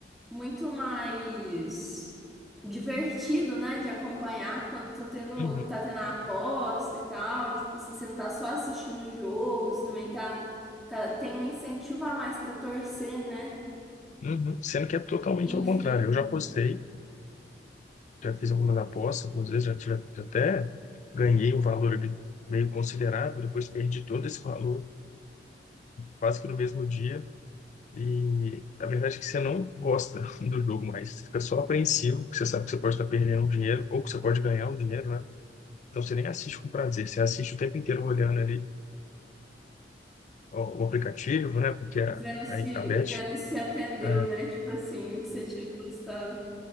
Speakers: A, in the centre; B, on the left (about 45°).
A: muito mais divertido, né? De acompanhar quando tá tendo,
B: Uhum,
A: tá tendo a aposta e tal. Tipo assim, você não tá só assistindo o jogo, você também tá, tá, tem um incentivo a mais pra torcer, né?
B: uhum. Sendo que é totalmente
A: Enfim.
B: ao contrário. Eu já apostei, já fiz algumas apostas, algumas vezes já tive já até ganhei um valor ali meio considerável, depois perdi todo esse valor quase que no mesmo dia. E a verdade é que você não gosta <laughs> do jogo mais, você fica só apreensivo, porque você sabe que você pode estar perdendo um dinheiro ou que você pode ganhar um dinheiro, né? Então você nem assiste com prazer, você assiste o tempo inteiro olhando ali ó, o aplicativo, né? Porque a,
A: Vênus
B: a,
A: se,
B: a bet,
A: Vênus se atendeu,
B: é,
A: né? Tipo assim, o que você tinha postado.